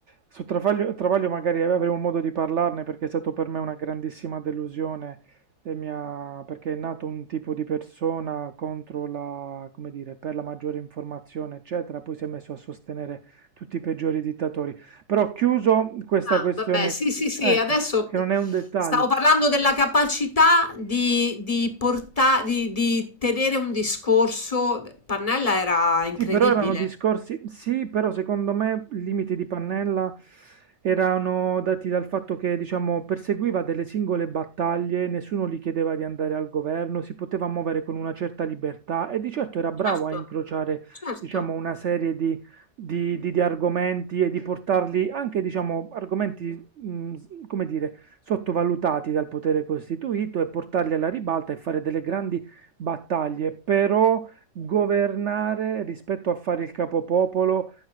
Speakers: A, on the right; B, on the left.
A: su Travaglio, Travaglio magari avremo modo di parlarne perché è stato per me una grandissima delusione e mi ha- perché è nato un tipo di persona contro la, come dire, per la maggiore informazione, eccetera, poi si è messo a sostenere tutti i peggiori dittatori. Però chiuso questa
B: Ah,
A: questione,
B: vabbè, sì, sì, sì,
A: ecco,
B: adesso
A: che non è un dettaglio.
B: stavo parlando della capacità di, di porta- di, di tenere un discorso. Pannella era incredibile.
A: Sì, però erano discorsi, sì, però secondo me i limiti di Pannella erano dati dal fatto che, diciamo, perseguiva delle singole battaglie, nessuno gli chiedeva di andare al governo, si poteva muovere con una certa libertà e di certo era bravo
B: Certo,
A: a incrociare,
B: certo,
A: diciamo, una serie di, di- di- di argomenti e di portarli anche, diciamo, argomenti, mh, s- come dire, sottovalutati dal potere costituito e portarli alla ribalta e fare delle grandi battaglie, però governare rispetto a fare il capopopolo,